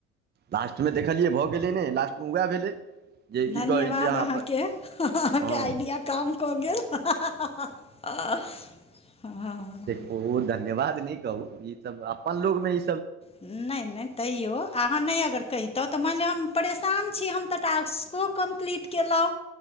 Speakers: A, on the right; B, on the left.
A: लास्ट मे देखलियै भऽ गेलै नहि लास्टमे वाएह भेलै जे
B: धन्यवाद
A: की कहै छै अहाँपर
B: अहाँके अहाँके
A: हँ
B: आइडिया काम कऽ गेल आहँ ह ह ह
A: ओह धन्यवाद नय कहू ई सब अपन लोग मे ई
B: नय नय तैयो अहाँ नहि अगर कैहि तऽ तऽ मानि लिअ हम परेशान छी हम तऽ टास्को कम्प्लीट केलौ